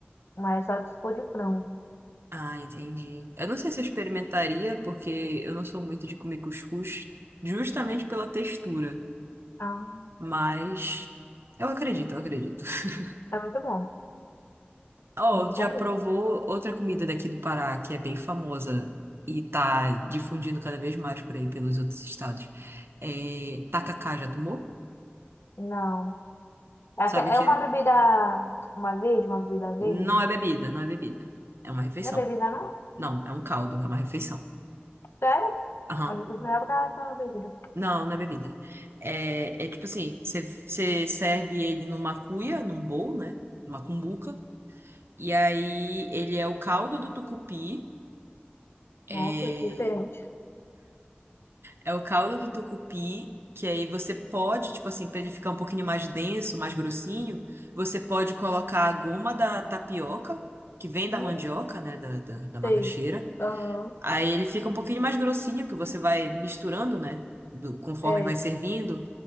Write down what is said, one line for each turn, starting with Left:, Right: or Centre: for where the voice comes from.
Left: Mas só se for de frango.
Right: Ah, entendi. Eu não sei se eu experimentaria, porque eu não sou muito de comer cuscuz, justamente pela textura.
Left: Ah,
Right: Mas eu acredito, eu acredito. <laughs>
Left: é muito bom.
Right: Oh,
Left: Muito bom
Right: já provou
Left: mesmo.
Right: outra comida daqui do Pará, que é bem famosa e tá difundindo cada vez mais por aí pelos outros estados. É tacacá, já tomou?
Left: Não. É,
Right: Sabe
Left: aque- é
Right: o que
Left: uma
Right: é?
Left: bebida. Uma verde, uma bebida verde.
Right: Não é bebida, não é bebida. É uma refeição.
Left: Não é bebida, não?
Right: Não, é um caldo, é uma refeição.
Left: Sério?
Right: Aham.
Left: Eu eu jurava que era aquela bebida.
Right: Não, não é bebida. É, é tipo assim, você você serve ele numa cuia, num bowl, né? Numa cumbuca. E aí ele é o caldo do tucupi. É,
Left: Nossa, que diferente.
Right: é o caldo do tucupi que aí você pode, tipo assim, pra ele ficar um pouquinho mais denso, mais grossinho, você pode colocar a goma da tapioca, que vem da
Left: Hum,
Right: mandioca, né? Da, da, da macaxeira.
Left: sei. Aham.
Right: Aí ele fica um pouquinho mais grossinho, que você vai misturando, né? do- conforme
Left: É,
Right: vai servindo.